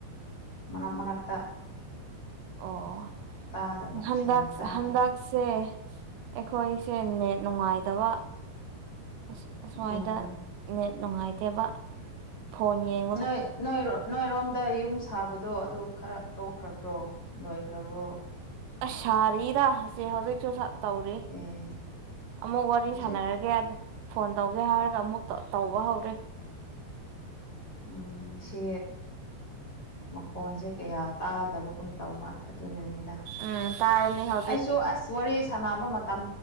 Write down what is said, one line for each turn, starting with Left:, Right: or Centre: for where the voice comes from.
Left: ꯃꯅꯥꯛ ꯃꯅꯥꯛꯇ
Right: ꯑꯣ
Left: ꯇꯥꯗꯕ
Right: ꯍꯟꯗꯛ
Left: ꯁꯦꯡꯅ ꯇꯥꯗꯕ
Right: ꯍꯟꯗꯛ ꯁꯦ ꯑꯩꯈꯣꯏꯁꯦ ꯅꯦꯠ ꯅꯨꯡꯉꯥꯏꯇꯕ ꯑ ꯑꯁ꯭ꯋꯥꯏꯗ
Left: ꯎꯝ
Right: ꯅꯦꯠ ꯅꯨꯡꯉꯥꯏꯇꯦꯕ ꯐꯣꯟ ꯌꯦꯡ
Left: ꯅꯣꯏ ꯅꯣꯏ ꯅꯣꯏ ꯔꯣꯝꯗꯥ ꯌꯨꯝ ꯊꯥꯕꯗꯣ ꯑꯗꯨ ꯈꯔ ꯇꯣꯛꯈ꯭ꯔꯕ꯭ꯔꯣ ꯂꯣꯏꯈ꯭ꯔꯕ꯭ꯔꯣ
Right: ꯑꯁꯥꯔꯤꯗꯁꯦ ꯍꯧꯖꯤꯛꯁꯨ ꯇꯧꯔꯤ
Left: ꯑꯦ
Right: ꯑꯃꯨꯛ ꯋꯥꯔꯤ
Left: ꯍꯧꯖꯤꯛ
Right: ꯁꯥꯟꯅꯔꯒꯦꯗ ꯐꯣꯟ ꯇꯧꯒꯦ ꯍꯥꯏꯔꯒ ꯑꯃꯨꯛ ꯇꯧꯕ ꯍꯧꯔꯦ
Left: ꯎ ꯁꯤ ꯃꯈꯣꯟꯁꯦ ꯀꯌꯥ ꯇꯥꯗꯕꯒꯨꯝ ꯇꯧꯕ ꯑꯗꯨꯅꯅꯤꯗ
Right: ꯎꯝ ꯇꯥꯔꯅꯤ ꯍ
Left: ꯑꯩꯁꯨ ꯑꯁ ꯋꯥꯔꯤ ꯁꯥꯟꯅꯕ ꯃꯇꯝ